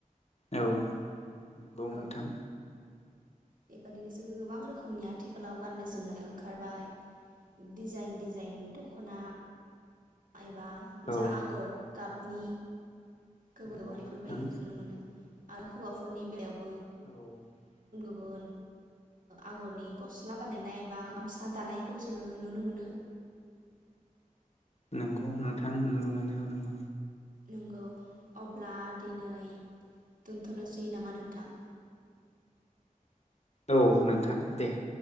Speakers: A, on the left (about 50°); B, on the right (about 70°).
A: औ नंगौ
B: औ
A: नोंथां।
B: बेबादिनो जोङो गोबां रोखोमनि आथिखालाव गाननाय जोमनाय ओंखारबाय डिजाइन डिजाइन दखना एबा
A: औ
B: जा आगर गाबनि गोबाव
A: नंगौ
B: गोबावनिफोर
A: नोंथां
B: बायदिखौ जों नुनो मोनो। आरो हौवाफोरनि बेलायावबो
A: औ
B: ओ गुबुन आगरनि गस्ला बानायनाय बा गामसा दानायखौ जोङो नुनो मोनो।
A: नंगौ नोंथां नुनो मोनो नोंगौ।
B: नंगौ अब्ला दिनै दोनथनोसै नामा नोंथां।
A: औ नोंथां दे।